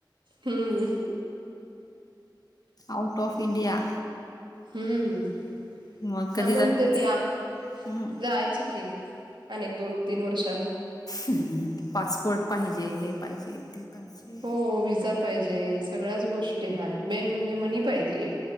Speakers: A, on the right; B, on the left.
A: हम्म
B: आऊट ऑफ इंडिया
A: हम्म,
B: मग
A: त्या
B: कधी
A: म्हणतेत
B: जातेस?
A: या
B: हं.
A: जायचं की आणि दोन तीन वर्षान
B: हम्म, पासपोर्ट पाहिजे हे पाहिजे ते पाहिजे.
A: हो, व्हिजा पाहिजे सगळ्याच गोष्टी आहेत मेन म्हणजे मनी पाहिजे.